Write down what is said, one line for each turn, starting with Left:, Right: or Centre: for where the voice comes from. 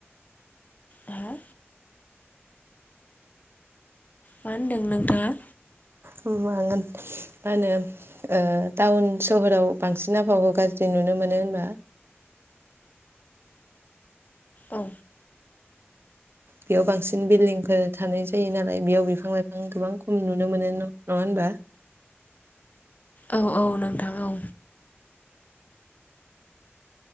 Left: हा? मा होनदों नोंथाङा?
Right: म मा होनो टाउन सहराव बांसिन आबहावखौ गाज्रि नुनो मोनो होनबा?
Left: औ।
Right: बेयाव बांसिन बिल्डिंफोर थानाय जायो नालाय बेयाव बिफां लाइफां गोबां खम नुनो मोनो नङा होनबा?
Left: औ औ नोंथां औ।